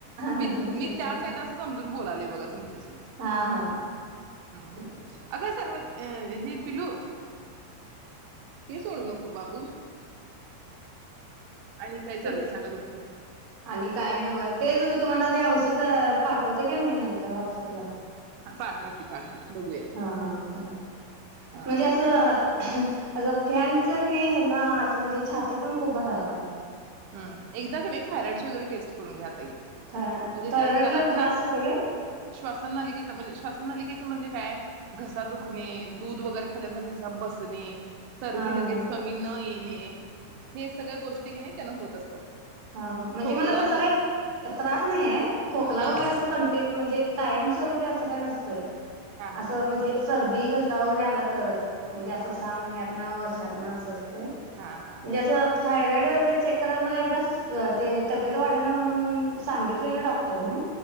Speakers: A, on the right (about 85°); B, on the right (about 40°).
A: मित
B: नाही नाही
A: मी
B: तस
A: त्याच
B: का नाही
A: असं समजून बोलाले... बघा तूमचेस हम्म
B: हा हा
A: हम्म
B: ठीक आहे.
A: अगं सर्वद ए हे पिलू ए सोडू नको बाबू..... आणि काय चाललंय
B: तेच
A: सांगा तुमचं
B: आणि काय नाही बघा तेच तुम्हाला ते औष ह्याच्यात पाठवते का मी नंतर व्हॉट्सअपला....
A: पाठवा की पाठवा...... बघूया
B: हा हा चालतय
A: हा
B: म्हणजे असं असं फॅनच क नई ह्यांना असं म्हणजे छाती पण खूप भराय लागल्या.
A: ह एकदा <unintelligible> थॉयराइडची ची वगैरे टेस्ट करून घ्या ताई म्हणजे
B: थायरॉइड
A: त त्याला
B: ला
A: तुम्ही
B: त्रास होतो काय
A: श्वासन नलिकेच म्हणजे श्वासन नलिके च म्हणजे काय घसा दुखणे. दूध वगैरे खाल्यानंतर घसा बसणे. सर्दी
B: हा
A: लगेच
B: हा
A: कमी न ये.. हे हे सगळ्या गोष्टी की नाही.. त्यांना होत असतात.
B: हा ह म्हणजे
A: खोकला
B: मला तसा काय त्रास नाहीय खोकला
A: हम्म
B: वगैरे असं कन्टिन्यु म्हणजे..... कायमस्वरूपी असं काय नसतंय..
A: हा हा
B: असं
A: हा
B: म्हणजे सर्दी घस ता वगैरे आलात. तर च म्हणजे असं
A: हा
B: सहा महिन्यातन वर्ष.... त्यातंन अस म्हणजे
A: हा हा हा
B: अस थायरॉईड.... रक्त वगैरे चेक कराल मला एकदास अ ते तब्येत वाडना म्हणून हम्म सांगितलेलं डॉक्टरनी